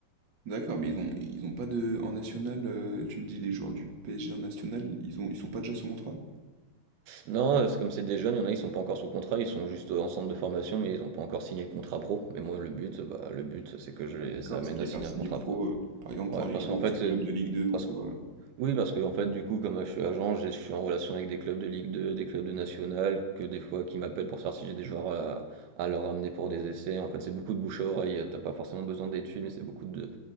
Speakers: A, on the right; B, on the right.
A: D'accord, mais ils ont ils ont pas de en national, heu, tu me dis les joueurs du PSG en national, ils ont ils sont pas déjà sous contrat?
B: Non, heu, c'est comme c'est des jeunes, il y en a, ils sont pas encore sous contrat, ils sont juste, heu, en centre de formation, mais ils ont pas encore signé de contrat pro. Mais moi, le but, bah, le but, c'est que je
A: Ah
B: les
A: d'accord,
B: amène
A: c'est de les
B: à
A: faire
B: signer
A: signer
B: un contrat
A: pro,
B: pro.
A: heu, par exemple
B: Ouais,
A: pour aller
B: parce
A: jouer
B: qu'en
A: dans
B: fait,
A: un club
B: euh,
A: de Ligue deux ou
B: parce
A: quoi,
B: que, oui, parce que en fait, du coup, comme je suis agent, j'ai- je suis en relation avec des clubs de Ligue 2, des clubs de National, que des fois qui m'appellent pour savoir si j'ai des joueurs à, à leur amener pour des essais. En fait, c'est beaucoup de bouche à oreille. T'as pas forcément besoin d'études, mais c'est beaucoup de,